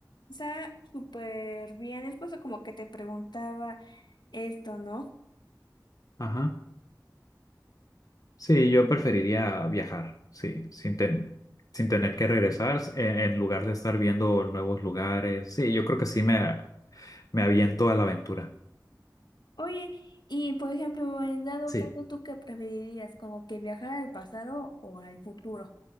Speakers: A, on the left; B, on the left.
A: está súper bien. Es por eso como que te preguntaba esto, ¿no?
B: Ajá. Sí, yo preferiría viajar, sí, sin, ten- sin tener que regresar, eh, en lugar de estar viendo nuevos lugares. Sí, yo creo que sí me, me aviento a la aventura.
A: Oye, y por ejemplo, en dado
B: Sí.
A: caso, ¿tú qué preferirías? ¿Como que viajar al pasado o al futuro?